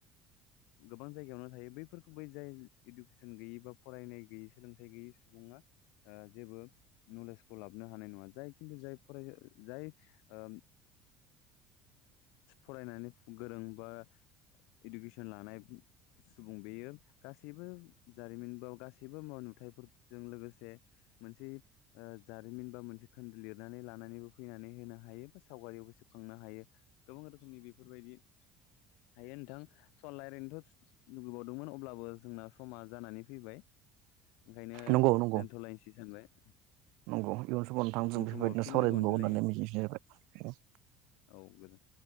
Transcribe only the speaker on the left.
गोबां जायगायावनो थायो बैफोर बै जाय इडुकेसन गैयै बा फरायनाय गैयै सोलोंथाइ गैयै सुबुङा ओ जेबो नलेजखौ लाबोन हानाय नङा जाय जाय फराय जाय ओ फरायनानै गोरों बा। इडुकेसन लानाय सुबुं बेयो गासैबो जारिमिन बाव गासैबो माव नुथाय फोर जों लोगोसे मोनसे जारिमिन बा मोनसे खोन्दो लिरनानै लानानैबो फैनानै होनो हायो बा सावगारियावबो सेबखांनो हायो गोबां रोखोमनि बेफोरबायदि हायो नोंथां सलायरनोथ' लुुबैबावदोंमोन अब्लाबो जोंना समा जानानै फैबाय। ओंखायनो
दोनथ'लायसै सानबाय।
उन
समाव फिन
लोगो
मोनफिनलायगोन
औ गोजोन